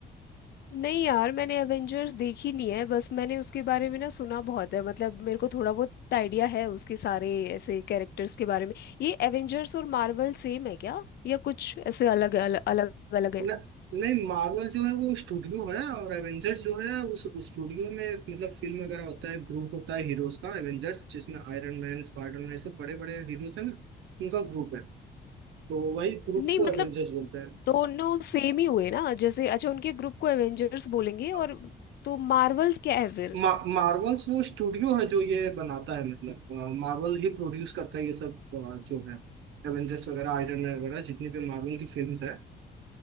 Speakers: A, on the left; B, on the right.
A: नहीं यार मैंने एवेंजर्स देखी नहीं है बस मैंने उसके बारे में ना सुना बहुत है मतलब मेरे को थोड़ा बहुत आइडिया है उसके सारे ऐसे कैरेक्टर्स के बारे में ये एवेंजर्स और मार्वल सेम है क्या या कुछ ऐसे अलग अलग अलग अलग है
B: न, नहीं मार्वल जो है वो स्टूडियो है और एवेंजर्स जो है उस स्टूडियो में एक मतलब फिल्म वगैरह होता है ग्रुप होता है हीरोज का एवेंजर्स जिसमें आयरन मैन स्पाइडर मैन ऐसे बड़े बड़े हीरोज हैं ना उनका ग्रुप है तो वही ग्रुप
A: नहीं
B: को
A: मतलब
B: एवेंजर्स बोलते
A: दोनों सेम ही हुए ना जैसे अच्छा उनके ग्रुप को एवेंजर्स बोलेंगे और
B: हैं
A: तो मार्वल्स क्या है फिर
B: मा, मार्वल्स वो स्टूडियो है जो ये बनाता है मतलब मार्वल ही प्रोड्यूस करता है ये सब अ, जो है एवेंजर्स वगैरह आयरन मैन वगैरह जितनी भी मार्वल की फिल्म्स है